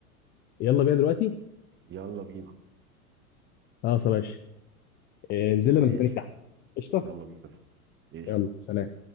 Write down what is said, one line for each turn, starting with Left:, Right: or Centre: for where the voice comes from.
Left: يلا بينا دلوقتي
Right: يلا بينا
Left: خلاص يا باشا إيه، انزل
Right: ماشي
Left: انا مستنيك تحت قشطه
Right: يلا بينا قشطه
Left: يلا سلام